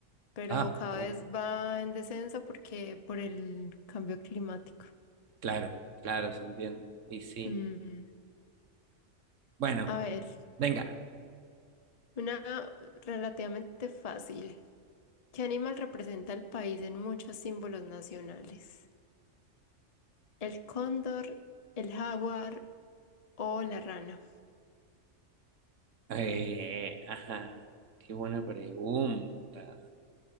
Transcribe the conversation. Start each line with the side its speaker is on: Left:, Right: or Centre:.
Left: pero
Right: Ah,
Left: cada
Right: oh,
Left: vez va en descenso porque por el cambio climático.
Right: claro, claro, se entiende. Y sí.
Left: Mm,
Right: Bueno,
Left: a ver,
Right: venga.
Left: una relativamente fácil. ¿Qué animal representa el país en muchos símbolos nacionales? ¿El cóndor, el jaguar o la rana?
Right: Eh, ajá, qué buena pregunta.